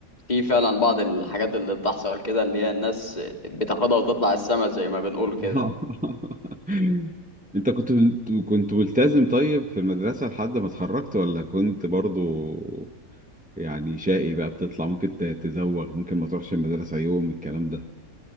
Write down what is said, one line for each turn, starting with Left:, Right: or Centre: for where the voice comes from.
Left: في فعلا بعض الحاجات اللي بتحصل كده اللي هي الناس بتاخدها وتطلع السما زي ما بنقول كده
Centre: <laughs> انت كنت كنت ملتزم طيب في المدرسه لحد ما اتخرجت ولا كنت برضو يعني شقي بقى بتطلع ممكن ت- تزوغ ممكن ما تروحش المدرسه يوم الكلام ده